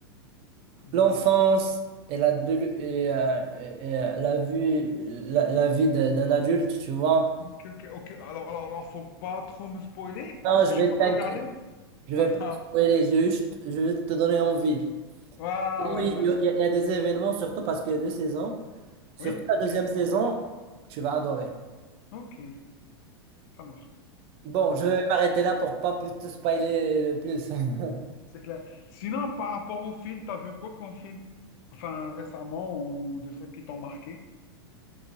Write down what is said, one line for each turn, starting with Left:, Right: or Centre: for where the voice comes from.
Left: mhm.
Right: l'enfance et la, de- et, euh, et, et, euh, la vie, la, la vie de- d'un adulte, tu vois.
Left: Ok, ok, ok. Alors, alors, alors, faut pas trop me spoiler,
Right: Non,
Left: parce
Right: je
Left: que j'ai
Right: vais
Left: pas
Right: t'inquiéter,
Left: regardé.
Right: je vais
Left: <laughs>
Right: pas te spoiler, je vais juste, je vais te donner envie.
Left: Ah, ah, voilà,
Right: Oui,
Left: merci.
Right: il y a, il y a il y a des événements, surtout parce qu'il y a deux saisons. Surtout
Left: Oui,
Right: la
Left: ok,
Right: deuxième saison, tu vas adorer.
Left: ok, ça marche.
Right: Bon,
Left: Bon,
Right: je vais m'arrêter là pour pas plus te spoiler le plus. <laughs>
Left: c'est clair. Sinon, par rapport au film, t'as vu quoi comme film? Enfin, récemment, ou des trucs qui t'ont marqué?